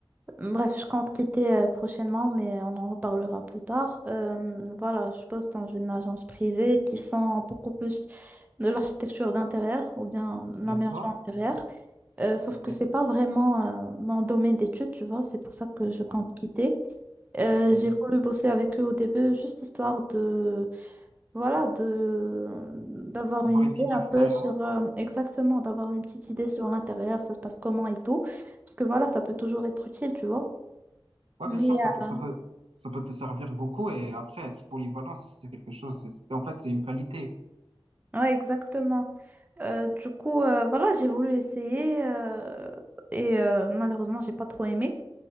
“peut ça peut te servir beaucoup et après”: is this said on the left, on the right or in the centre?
Right